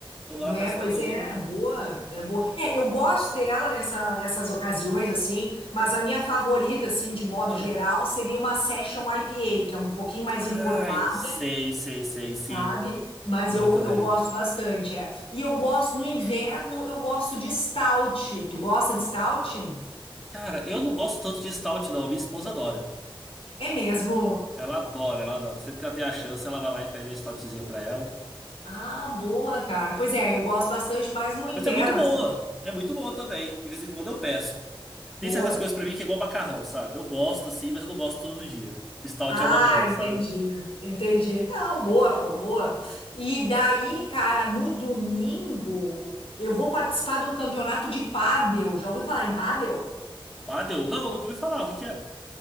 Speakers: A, in the centre; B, on the left.
A: toma lá,
B: é,
A: parece
B: pois
A: que tá tomando...
B: é, boa, é boa. É, eu gosto dela nessa, nessas ocasiões, assim, mas a minha favorita, assim, de modo
A: Aham.
B: geral, seria uma Session IPA, que é um pouquinho mais
A: Ai,
B: encorpada,
A: sei, sei, sei, sim,
B: sabe? Mas
A: boa
B: eu,
A: também.
B: eu gosto bastante, é. E eu gosto, no inverno, eu gosto de stout. Tu gosta de stout?
A: Cara, eu não gosto tanto de stout, não, a minha esposa adora,
B: É mesmo?
A: ela adora, ela adora, sempre que ela tem a chance, ela vai lá e pede uma stoutzinha pra ela,
B: Ah, boa, cara. Pois é, eu gosto bastante, mas no inverno,
A: mas é muito boa,
B: assim,
A: é muito boa também, de vez em quando eu peço.
B: boa.
A: Tem certas coisas pra mim que é igual macarrão, sabe? Eu gosto, assim, mas eu não gosto todo dia. Stout
B: Ah,
A: é uma delas,
B: entendi,
A: sabe?
B: entendi. Não, boa, pô, boa. E daí, cara, no domingo, eu vou participar de um campeonato de pádel. Já ouviu falar em pádel?
A: Ah, deu. Não, nunca ouvi falar. O que que é?